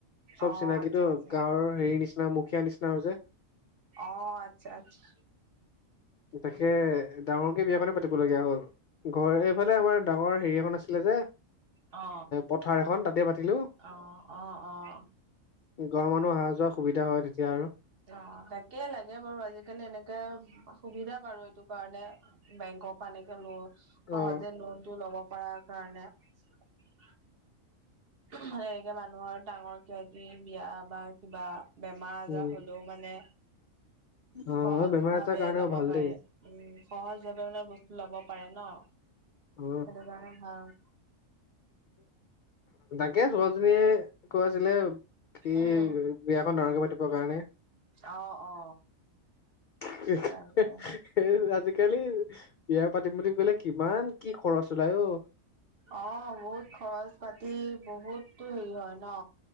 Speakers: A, on the left; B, on the right.
A: চব
B: অ
A: চিনাকিটো
B: আচ্ছা আচ্ছা
A: গাঁৱৰ হেৰি নিচিনা মুখীয়া নিচিনা হৈছে।
B: অ আচ্ছা, আচ্ছা।
A: তাকে ডাঙৰকে বিয়াখনে পাতিবলগীয়া হ'ল। ঘৰ এইফালে আমাৰ ডাঙৰ হেৰি এখন আছিলে যে
B: অ
A: পথাৰ এখন তাতে পাতিলো।
B: অ অ অ
A: ঘৰৰ মানুহ অহা যোৱা সুবিধা হয় তেতিয়া আৰু।
B: অ তাকে লাগে বাৰু আজি-কালি এনেকে সুবিধা বাৰু এইটো কাৰণে বেংকৰ পৰা এনেকে ল সহজে
A: অ
B: লোনটো ল'ব পৰা কাৰণে। <inaudible> মানে এনেকে মানুহৰ ডাঙৰ কিবা-কিবি বিয়া বা কিবা বেমাৰ আজাৰ
A: উম
B: হ'লেও মানে সহজ
A: অ বেমাৰ
B: ভাৱে
A: আজাৰ কাৰণেও
B: ল'ব
A: ভাল
B: পাৰে,
A: দেই
B: উম সহজ ভাৱে মানে বস্তু লব পাৰে ন।
A: অ।
B: সেইটো কাৰণে ভাল।
A: তাকে ছোৱালীজনীয়ে কৈ আছিলে কি
B: উম
A: বিয়াখন ডাঙৰকে পাতিবৰ কাৰণে।
B: অ, অ।
A: <unintelligible>
B: তাকে
A: আজি-কালি বিয়া পাতিম বুলি ক'লে কিমান কি খৰচ ওলাই ঔ।
B: অ বহুত খৰচ পাতি, বহুতো হেৰি হয় ন?